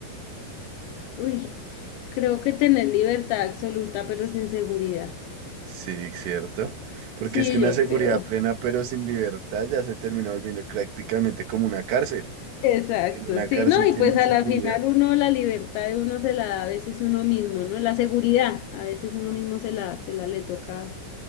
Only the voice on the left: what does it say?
Uy, creo que tener libertad absoluta, pero sin seguridad.
Sí,
yo
creo.
Exacto,
sí.
No, y
pues a
la final uno, la libertad de uno se la da a veces uno mismo, ¿no? La seguridad, a veces uno mismo se la, se la le toca.